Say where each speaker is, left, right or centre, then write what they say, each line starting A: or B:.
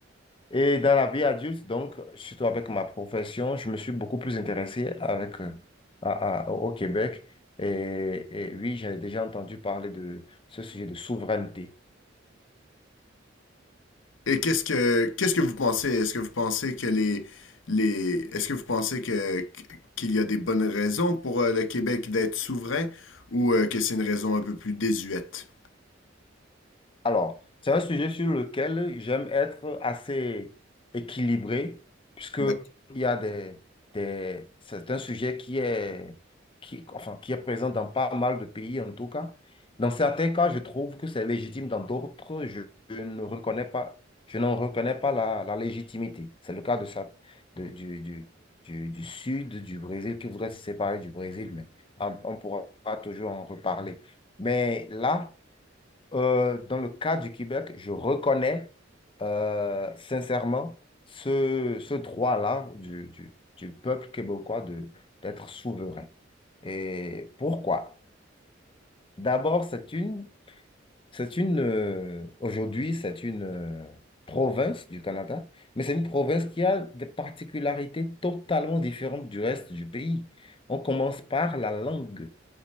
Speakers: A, on the left; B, on the left.
A: Et dans la vie adulte, donc, surtout avec ma profession, je me suis beaucoup plus intéressé avec, euh, à- à- au Québec. Et, et oui, j'ai déjà entendu parler de ce sujet de souveraineté.
B: Et qu'est-ce que qu'est-ce que vous pensez? Est-ce que vous pensez que les les est-ce que vous pensez que qu'il y a des bonnes raisons pour euh, le Québec d'être souverain ou euh, que c'est une raison un peu plus désuète?
A: Alors, c'est un sujet sur lequel j'aime être assez équilibré, puisque
B: D'ac-
A: il y a des, des- c'est un sujet qui est, qui, enfin, qui est présent dans pas mal de pays, en tout cas. Dans certains cas, je trouve que c'est légitime, dans d'autres, je, je ne reconnais pas, je n'en reconnais pas la, la légitimité. C'est le cas de ça, de- du, du, du, du sud du Brésil, qui voudrait se séparer du Brésil, mais on, on pourra toujours en reparler. Mais là, euh, dans le cas du Québec, je reconnais euh, sincèrement ce, ce droit-là du, du- du peuple québécois de, d'être souverain. Et pourquoi? D'abord, c'est une, c'est une, euh, aujourd'hui, c'est une euh, province du Canada, mais c'est une province qui a des particularités totalement différentes du reste du pays. On commence par la langue.